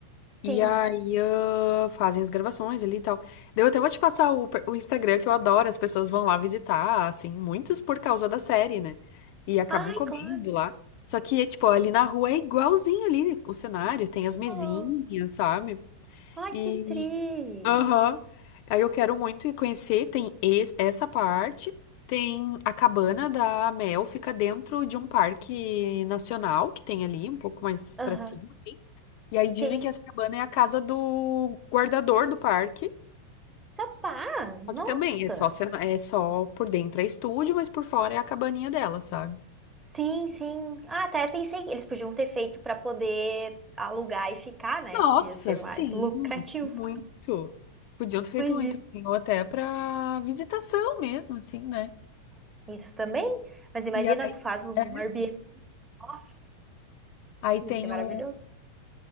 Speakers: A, on the left; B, on the right.
A: E
B: Sim.
A: aí, ah, fazem as gravações ali e tal. Daí Eu até vou te passar o, per- o Instagram que eu adoro, as pessoas vão lá visitar, assim, muitos por causa da série, né? E acabam
B: Ai,
A: comendo
B: claro.
A: lá. Só que, é, tipo, ali na rua é igualzinho ali o cenário, tem as mesinhas,
B: Oh,
A: sabe?
B: Ai,
A: E,
B: que tri.
A: aham. Aí eu quero muito ir conhecer, tem es- essa parte, tem a cabana da Mel, fica dentro de um parque nacional que tem ali, um pouco mais
B: Aham.
A: pra cima. assim. E aí dizem
B: Sim.
A: que essa cabana é a casa do guardador do parque.
B: Capaz. Nossa.
A: Só que também é só, cena- é só por dentro é estúdio, mas por fora é a cabaninha dela, sabe?
B: Sim, sim. Ah, até pensei que eles podiam ter feito para poder alugar e ficar, né?
A: Nossa,
B: Ia ser
A: sim,
B: mais lucrativo.
A: muito. Podiam ter feito
B: Imagina.
A: muito, assim, ou até pra visitação mesmo, assim, né?
B: Isso também. Mas imagina,
A: E aí,
B: tu faz um
A: é,
B: Airbnb. Nossa,
A: aí
B: ia
A: tem
B: ser maravilhoso.
A: o,